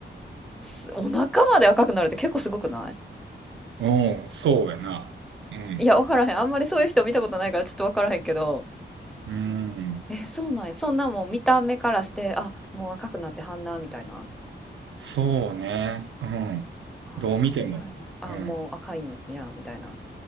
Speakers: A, in the centre; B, on the right.
A: すお腹まで赤くなるって結構すごくない
B: うおそうやな。うん。
A: いや、わからへん。あんまりそういう人見たことないからちょっとわからへんけど。
B: うん。
A: え、そうなんや。そんなもう見た目からして、あ、もう赤くなってはんな、みたいな。
B: そうね。うん。
A: あ、
B: どう見ても。
A: そうなんや。あ、
B: うん。
A: もう赤いんや、みたいな。